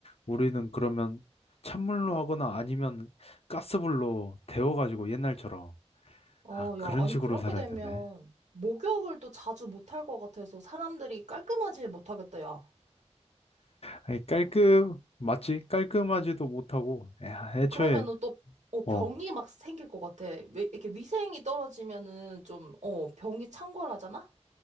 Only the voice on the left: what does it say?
우리는 그러면 찬물로 하거나 아니면 가스불로 데워가지고 옛날처럼
아 그런
식으로
살아야
되네.
아니, 깔끔 맞지? 깔끔하지도 못하고 야, 애초에
어.